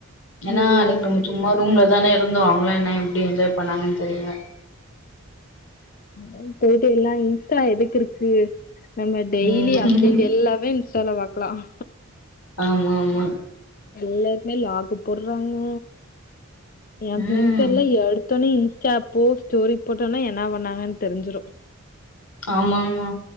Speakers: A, on the left; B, on the left.
A: ஏன்னா
B: இல்ல
A: அன்னைக்கு
B: இல்ல
A: நம்ம சும்மா ரூம்ல தானே ந்துவாங்களாம் என்ன எப்டி என்ஜாய் பண்ணாங்கன்னு தெரில
B: அத போய்ட்டோம் எல்லாம் இன்ஸ்டா எதுக்கு இருக்கு நம்ம டெய்லி
A: ம்
B: அப்டேட் எல்லாமே செலவாக்கலாம்
A: ஆமா மா
B: எல்லாருமே லாக் போடுறாங்க என்
A: ம்
B: ஃப்ரெண்ட்ஸ் எல்லாம் எடுத்தோனே ப்ப ஸ்டோரி போட்டோம்னா என்ன பண்ணாங்கன்னு தெரிஞ்சிரும்
A: ஆமா ஆமா